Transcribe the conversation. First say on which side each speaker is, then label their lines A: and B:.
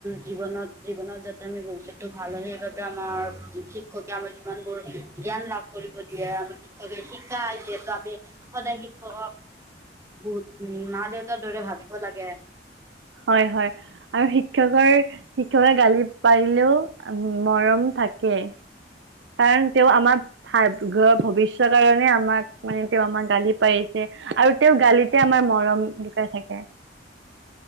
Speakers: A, on the right; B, on the right.
A: জীৱনত জীৱনত যাতে আমি ভৱষয়টো ভাল হয় সেইবাবে আমাৰ শিক্ষকে আমাৰ যিমানবোৰ জ্ঞান লাভ কৰিব দিয়ে আম শিক্ষকে শিকাই দিয়ে আমি সদায় শিক্ষকক বহুত উ মা দেউতাৰ দৰে ভাবিব লাগে।
B: হয় হয় আৰু শিক্ষকৰ শিক্ষকে গালি পাৰিলেও মৰম থাকে। কাৰণ তেওঁ আমাৰ ভ ঘৰ ভৱিষ্যতৰ কাৰণে আমাক মানে তেওঁ আমাক গালি পাৰিছে আৰু তেওঁ গালিতে আমাৰ মৰম লুকাই থাকে।